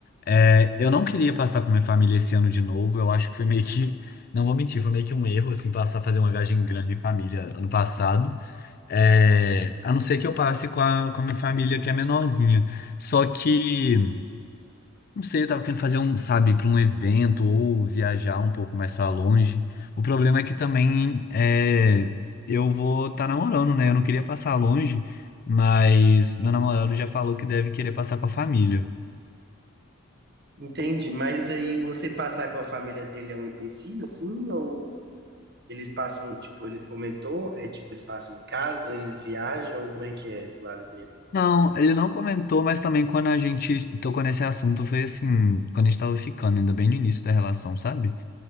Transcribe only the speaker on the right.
entendi Mas aí você passar com a família dele é um empecilho, assim, ou Eles passam, tipo, ele comentou, é tipo, eles passam em casa, eles viajam, como é que é do lado dele?